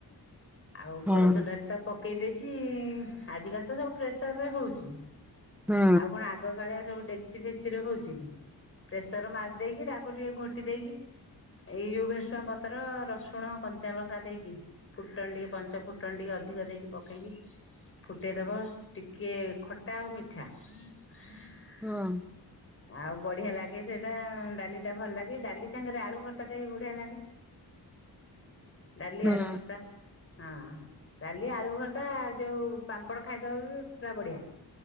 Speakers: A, on the left; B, in the centre.
A: ଆଉ
B: ହୁଁ
A: କୋଳ ସବୁ ପକେଇ ଦେଇଚି ଆଜି କାଲି ତ ସବୁ ପ୍ରେସରରେ ହଉଛି
B: ହୁଁ
A: ଆଉ କଣ ଆ ଆଗ କାଳିଆ ସବୁ ଡେକଚି ଫେକେଚିରେ ହଉଛି କି ପ୍ରେସର ମାରିଦେଇକି ତାକୁ ଟିକିଏ ଘୋଟି ଦେଇକି ଏଇ ଯୋଉ ଭେରସୁଆଁ ପତ୍ର ରସୁଣ କଞ୍ଚା ଲଙ୍କା ଦେଇକି ଫୁଟଣ ଟିକେ ପାଞ୍ଚ ଫୁଟ ଫୁଟଣ ଟିକିଏ ଅଧିକ ଦେଇକି ପକେଇକି ଫୁଟେଇଦବ ଟିକିଏ ଖଟା ଆଉ ମିଠା। <unintelligible>
B: ହଁ।
A: <unintelligible> ଆଉ ବଢିଆ ଲାଗେ ସେଟା ଡାଲି ଟା ଭଲ୍ ଲାଗେ ଡାଲି ସାଙ୍ଗରେ ଆଳୁ ଭର୍ତ୍ତାଟା ବି ବଢିଆ ଲାଗେ। ଡାଲି,
B: ହୁଁ
A: ଆଳୁ ଭର୍ତ୍ତା ହଁ। ଡାଲି ଆଳୁ ଭରତା ଯୋଉ ପାମ୍ପଡ଼ ଖାଇଦବ ବି ପୁରା ବଢିଆ।